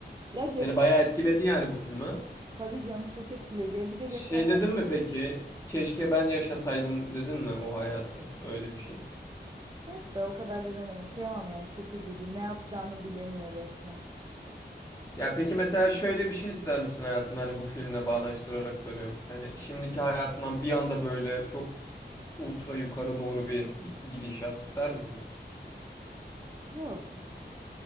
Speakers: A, on the right; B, on the left.
A: Ya geç
B: Seni bayağı etkiledi yani bu filme.
A: tabii canım çok etkiledi ya. Bir de
B: Şey
A: geçenlerde
B: dedin mi peki? Keşke ben yaşasaydım dedin mi o hayatı? Öyle bir şey.
A: yok be o kadar da demedim. Kıyamam yani çok üzücü. Ne yapacağını bilemiyor resmen.
B: Ya peki mesela şöyle bir şey ister misin hayatında hani bu filmle bağdaştırarak soruyorum. Hani şimdiki hayatından bir anda böyle çok ultra yukarı doğru bir gi- gidişat ister misin?
A: Yok.